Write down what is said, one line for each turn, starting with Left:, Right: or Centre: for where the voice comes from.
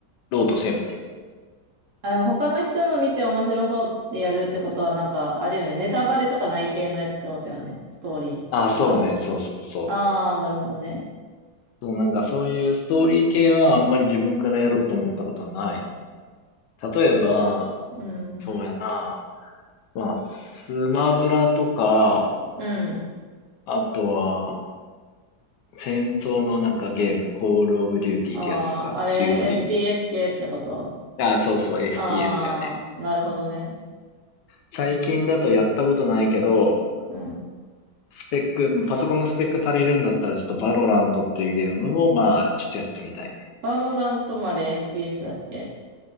Left: ろうとせんわけよ。
Right: あ、でも他の人の見て面白そうってやるってことは、なんか、あれよね。ネタバレとかない系のやつってことよね。ストーリーとか。
Left: あ、そうね、そうそうそう。
Right: ああ、なるほどね。
Left: そう、なんかそういうストーリー系はあんまり自分からやろうと思ったことはない。例えば、
Right: うん。
Left: そうやな、まあ、スマブラとか、
Right: うん。
Left: あとは、戦争のなんかゲーム、コールオブデューティーってやつとか、
Right: ああ、あれ、
Left: COD。
Right: FPS 系ってこと
Left: あ、そうそう、FPS
Right: ああなるほどね。
Left: やね。最近だとやったことないけど、
Right: うん。
Left: スペック、パソコンのスペック足りるんだったら、ちょっとバロラントっていうゲームも、まあ、ちょっとやってみたいね。
Right: バロラントもあれ FPS だっけ